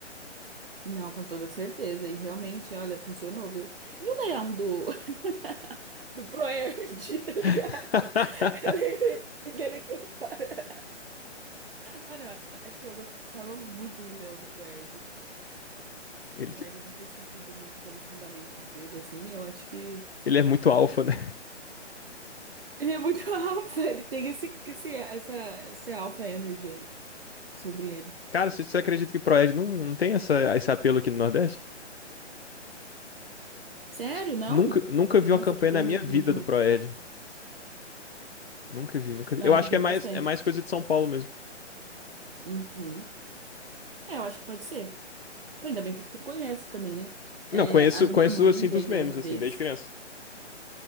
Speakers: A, on the right; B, on the left.
A: Não, com toda certeza. E realmente, olha, funcionou, viu? E o leão do, <laughs> do ProErd, tá ligado?
B: <laughs>
A: <laughs> Eu lembrei dele aqui agora. Olha, eu acho que eu gostava muito do leão do ProErd.
B: Ele,
A: Apesar de eu não ter seguido muito pelos fundamentos dele, assim, eu acho que
B: ele é muito alfa, né?
A: ele é muito <laughs> alfa. Ele tem esse, esse, essa, esse alfa energy aí sobre ele.
B: Cara, você você acredita que Proerd não, não tem essa, esse apelo aqui no Nordeste?
A: Sério?
B: Acho que
A: Não?
B: nunca, nunca vi
A: Nossa,
B: uma campanha
A: aqui tem
B: na
A: muito,
B: minha vida
A: muito, muito.
B: do Proerd. Nunca vi, nunca vi.
A: Não,
B: Eu
A: aqui
B: acho
A: tem
B: que é mais,
A: bastante.
B: é mais coisa de São Paulo mesmo.
A: Uhum. É, eu acho que pode ser. Pô, Ainda bem que tu conhece também, né? É,
B: Não, conheço,
A: a minha
B: conheço
A: mãe
B: assim
A: ganhou
B: dos memes,
A: uma
B: assim,
A: vez.
B: desde criança.